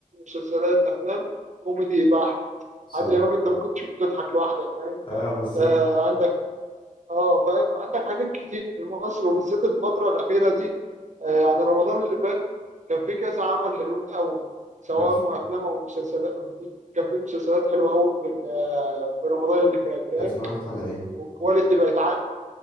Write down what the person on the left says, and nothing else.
صح
اه بالظبط
اتف-
اتفرجت على ايه